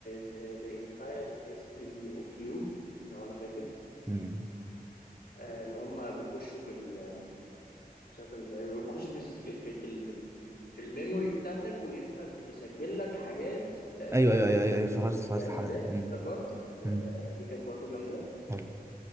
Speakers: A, on the left (about 75°); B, on the right (about 15°).
A: the, the entire history of you لو أنا فاكر
B: مم.
A: آه، اللي هم بيخشوا في ال مش عارف يبقى إيه. بيخش في في في في في, في الميموري بتاعتك ويبقى مسجل لك حاجات آه
B: ايوه ايوه ايوه ايوه ايوه فخرت فخرت
A: فاهم
B: الحلقه
A: ازاي؟
B: دي مم.
A: افتكرت آه
B: مم.
A: دي كانت برضو جامدة
B: حلو